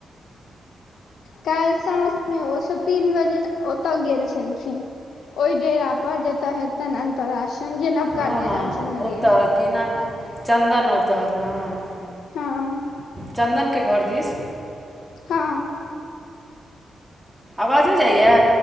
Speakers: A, on the left; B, in the centre.
A: काल्हि साँझमे ओसभ तीन बजे ओतोए गेल छलखिन ओहि डेरा पर जेतोअ हेतेन अन्तरा सन जे नबका
B: हँ
A: डेरा
B: हँ
A: छन लगेय
B: ओतय की नाम चन्दन ओतऽ हँ
A: हँ
B: चन्दन के घर दिस
A: हँ
B: आवाज न‌ए जाइये